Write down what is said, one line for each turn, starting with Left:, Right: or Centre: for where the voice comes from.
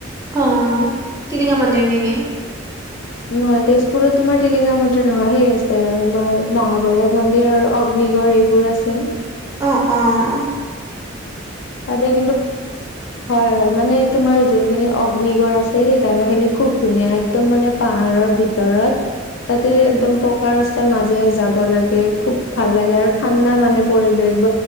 Right: অঁ তিলিঙা মন্দিৰৰ নেকি?
Left: নহয় তেজপুৰত তোমাৰ টিলিঙা মন্দিৰ নহয়, সেই আছে মহাভৈৰৱ। মন্দিৰ আৰু অগ্নিগড় এইবোৰ আছে।
Right: অহঁ, অঁহ।
Left: তাতে কিন্তু। হয়, হয় মানে তোমাৰ যোনখিনি অগ্নিগড় আছে সেই জোগা খিনি খুব ধুনীয়া একদম মানে। পাহাৰৰ ভিতৰত তাতে
Right: উম
Left: একদম। ৰাস্তাৰ মাজেৰে যাব লাগে খুব ভাল লাগে আৰু ঠাণ্ডা মানে পৰিবেশ ব্ৰহ্মপুত্ৰ।